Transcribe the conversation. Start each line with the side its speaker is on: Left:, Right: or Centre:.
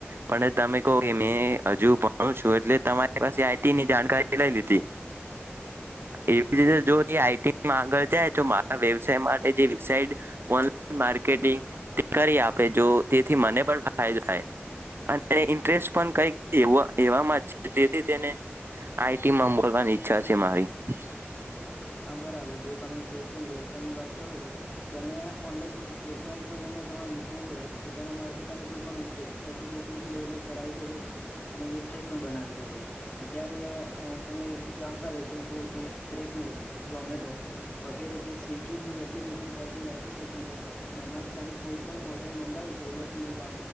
Right: પણ તમે કહ કે હજુ ભણ છું એટલે તમારી પાસે આની જાણકારી લઈ લીધી એવી રીતે જો આઈટીમાં આગળ જાય તો મારા વ્યવસાય માટે જે વઇટ ઓનલા માર્કેટિંગ તે કરી આપે જો તેથી મને પણ ફાયદો થાય અને ઇન્ટરેસ્ટ પણ કઈક એવામાં તેથી તેને આઈટીમાં મોલવાની ઈચ્છા છે મારી હ
Left: હા બરાબર જો તમે જે પણ વ્યવ ની વાત કરો છો તેને ઓનલાઈન પ્લેટફોર્મ પર તમારે મૂકવું હોય તો તેના માટે તમે કોઈ પણ એ એપ્લિકેશન પણ ડેવલોપ કરાવી શકો છો અને વેબસાાઈટ પણ બનાવી શકો છો અત્યારે તમે જાણતા જશો જો કે રેપિડો જોમેટો. વગેરે જે સ્વિગી ની એપ્લિકેશન પર્સનલ એપ્લિકેશન છે. અને એમાંથી તમે કોઈ પણણ ઓર્ડર મંગાવી શકો દસ મિનિટ